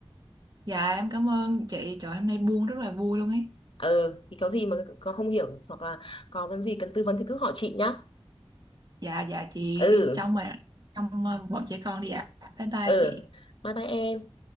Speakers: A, on the right; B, on the left.
A: dạ em cảm ơn chị trời hôm nay buông rất là vui luôn ấy
B: Ừ, thì có gì mà có không hiểu hoặc là có vấn gì cần tư vấn thì cứ hỏi chị nhá.
A: dạ dạ chị
B: Ừ,
A: đi trong mà trong ờ, bọn trẻ con đi ạ bye bye
B: ừ.
A: chị
B: Bye bye em.